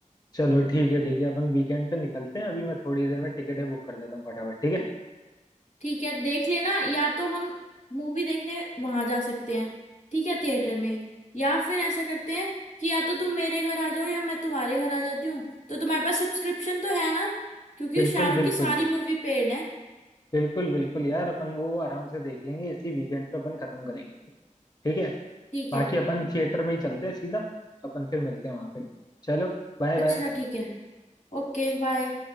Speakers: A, on the left; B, on the left.
A: चलो ठीक है ठीक है अपन वीकेंड पे निकलते हैं अभी मैं थोड़ी देर में टिकटें बुक कर देता हूँ फटाफट ठीक है
B: ठीक है देख लेना या तो हम मूवी देखने वहां जा सकते हैं ठीक है थिएटर में या फिर ऐसा करते हैं कि या तो तुम मेरे घर आ जाओ या मैं तुम्हारे घर आ जाती हूँ तो तुम्हारे पास सब्सक्रिप्शन तो है ना क्योंकि
A: बिल्कुल
B: शाहरुख
A: बिल्कुल
B: की सारी मूवी पेड है
A: बिल्कुल बिल्कुल यार अपन वो आराम से देख लेंगे इसी वीकेंड पे अपन खत्म करेंगे ठीक है
B: ठीक
A: बाकी
B: है
A: अपन थिएटर में ही चलते हैं सीधा अपन फिर मिलते हैं वहां पे चलो बाय
B: अच्छा
A: बाय
B: ठीक है ओके बाय